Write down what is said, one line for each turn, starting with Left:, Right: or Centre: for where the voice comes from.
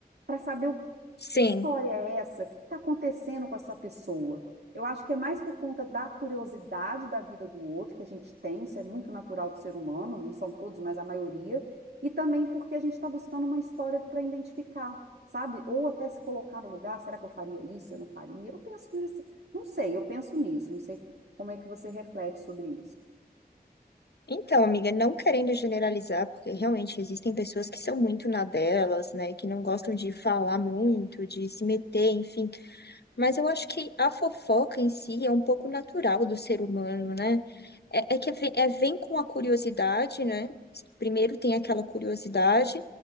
Right: para saber o
Left: Sim.
Right: que história é essa? O que está acontecendo com essa pessoa? Eu acho que é mais por conta da curiosidade da vida do outro que a gente tem, isso é muito natural do ser humano, não são todos, mas a maioria, e também porque a gente está buscando uma história para identificar, sabe? Ou até se colocar no lugar, será que eu faria isso? Eu não faria? Eu penso nisso, não sei, eu penso nisso, não sei como é que você reflete sobre isso.
Left: Então, amiga, não querendo generalizar, porque realmente existem pessoas que são muito na delas, né, que não gostam de falar muito, de se meter, enfim. Mas eu acho que a fofoca em si é um pouco natural do ser humano, né? É, é que vem, é, vem com a curiosidade, né? Primeiro tem aquela curiosidade,